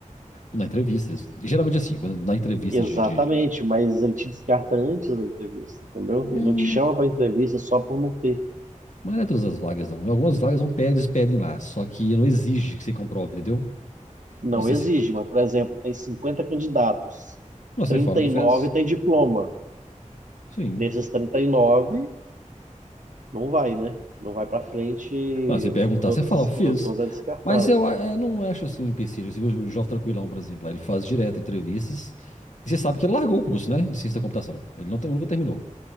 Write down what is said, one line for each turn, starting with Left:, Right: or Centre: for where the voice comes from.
Left: Na entrevista. Geralmente assim, quando na entrevista
Right: Exatamente,
Left: de, de-
Right: mas ele te descarta antes da entrevista, entendeu?
Left: Hum,
Right: Ele não te chama para entrevista só por não ter
Left: Mas não é todas as vagas, não. Algumas vagas não pedem, eles pedem lá. Só que não exige que você comprove, entendeu?
Right: Não
Left: Quando você,
Right: exige,
Left: se...
Right: mas, por exemplo, tem 50 candidatos,
Left: Mas
Right: trinta
Left: você fala que
Right: e
Left: fez.
Right: nove tem diploma.
Left: Sim.
Right: Desses 39, não vai, né? Não vai para frente,
Left: Mas se perguntar,
Right: os outros,
Left: você fala, fiz.
Right: os outros 11 é descartável.
Left: Mas eu a- é, não acho assim um empecilho. Você viu o Jovem Tranquilão, por exemplo, lá, ele faz direto entrevistas. E você sabe que ele largou o curso, né? De ciência da computação. Ele não, tem- nunca terminou.